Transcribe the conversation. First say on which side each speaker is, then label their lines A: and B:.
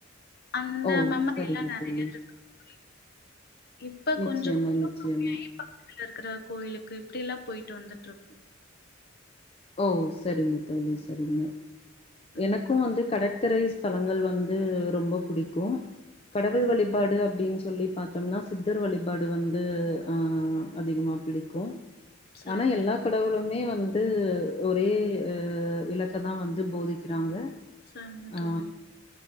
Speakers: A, on the left (about 50°); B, on the left (about 30°).
A: அந்த
B: ஓ
A: மெமரி
B: சரிங்க
A: எல்லா நெறைய
B: தோழி
A: இருக்கு தோழி. இப்ப
B: நிச்சயமா
A: கொஞ்சோ கொஞ்சோ
B: நிச்சயமா
A: கம்மியாயி இருக்கிற கோயிலுக்கு இப்டி எல்லா போயிட்டு வந்துட்டு இருக்
B: ஓ சரிங்க தோழி சரிங்க
A: சரிங்க
B: எனக்கு வந்து கட கரை ஸ்தலங்கள் வந்து ரொம்ப பிடிக்கு கடவுள் வழிபாடு அப்டின்னு சொல்லி பாத்தோம்னா சித்தர் வழிபாடு வந்து ஆஹ் அதிகமா பிடிக்கு
A: சரிங்க
B: ஆனா எல்லா
A: தோழி
B: கடவுளும் மே வந்து ஒரே அஹ் இலக்க தா வந்து போதிக்கிறாங்க
A: சரிங்க
B: ஆ
A: தோழி